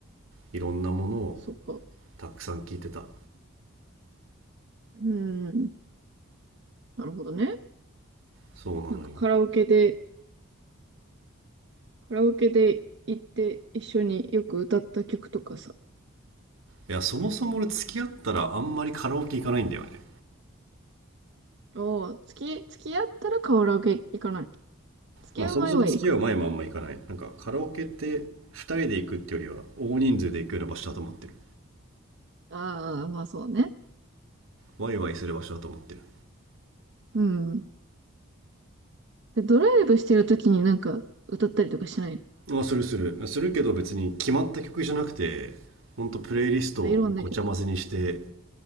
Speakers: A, on the right (about 75°); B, on the right (about 55°).
A: いろんなものを
B: そっか。う
A: たくさん聴いてた。
B: ーん。なるほどね。
A: そうなのよ。
B: なんかカラオケで、カラオケで行って一緒によく歌った曲とかさ。
A: いや、そもそも俺付き合ったらあんまりカラオケ行かないんだよね。
B: おー、付き、付き合ったらカラオケ行かない。付き合う前は行く。
A: まあそもそも付き合う前もあんま行かない。なんかカラオケって2人で行くってよりは大人数で行くような場所だと思ってる。
B: ああ、まあそうね。
A: ワイワイする場所だと思ってる。
B: うん。で、ドライブしてる時になんか歌ったりとかしない。
A: まあするする。するけど別に決まった曲じゃなくて、ほんとプレイリストをごちゃ混ぜにして、
B: あいろんな曲。